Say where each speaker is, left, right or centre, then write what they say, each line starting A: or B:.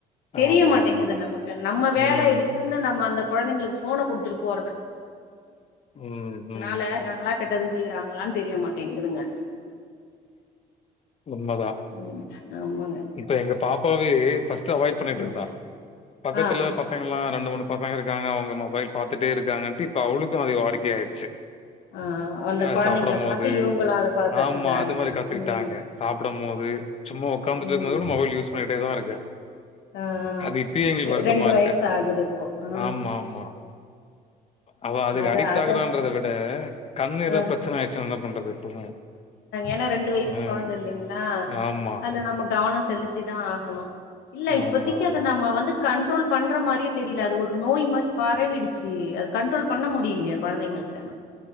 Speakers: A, on the left; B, on the left.
A: தெரியமாட்டேங்குது
B: ஆமா ஆமா
A: நமக்கு நம்ம வேல
B: ம்
A: இருக்குன்னு நம்ம அந்த கொழந்தைங்களுக்கு ஃபோன குடுத்துட்டு போறத
B: ம் ம்
A: னால நாங்களா கெட்டது செய்றாங்ளான் தெரிய மாட்டேங்குதுங்க
B: உண்மதா
A: ம் ஆமாங்க
B: இப்ப எங்க பாப்பாவே ஃபஸ்ட் டு அவாய்ட் பண்ணிட்ருந்தா
A: ம்
B: பக்கத்துல
A: ஆ
B: ப சங்கல்லா ரெண்டு மூனு பசங்க இருக்காங்க அவுங்க மொபைல் பாத்துட்டே இருக்காங்கன்ட்டு இப்ப அவுளுக்கு அது வாடிக்கையாட்ச்சி
A: ஆ அந்த
B: அ
A: கொழந்தைங்கள
B: சாப்ட மோது
A: பாத்து இவங்களு அத பா கத்துக்குறாங்க
B: ஆமா அது மாரி கத்துக்கிட்டாங்க
A: ம்
B: சாப்டம் மோது சும்மா ஒக்காந்துட்டுருக்கும்
A: ம்
B: போது கூட மொபைல் யூஸ் பண்ணிட்டேதா இருக்கு
A: ஆ
B: அது இப்பயே எங்களுக்கு
A: ரெ
B: வருத்தமா
A: ரெண்டு
B: இருக்கு
A: வயசு ஆகுது இப்போ ஆ
B: ஆமா ஆமா அவ அதுக்கு
A: அது
B: அடிக்ட்
A: அத
B: ஆகுறான்றத விட கண்ணு ஏதோ
A: ஆ
B: பிரச்சன ஆய்டுச்சுன்னா என்ன பண்றது சொல்லுங்க
A: ஏன்னா ரெண்டு வயசு
B: ம்.
A: கொழந்தள் அ
B: ஆமா,
A: அதுல நம்ம கவனோ செலுத்திதா ஆகணு இல்ல இப்பதிக்கி
B: ஆமா, ஆமா.
A: அத நம்ம வந்து கண்ட்ரோல் பண்ற மாரியே தெரில அது ஒரு நோய் மாரி பரவிடுச்சி அது கண்ட்ரோல் பண்ண முடியிலியே கொழந்தைங்கள்ட்ட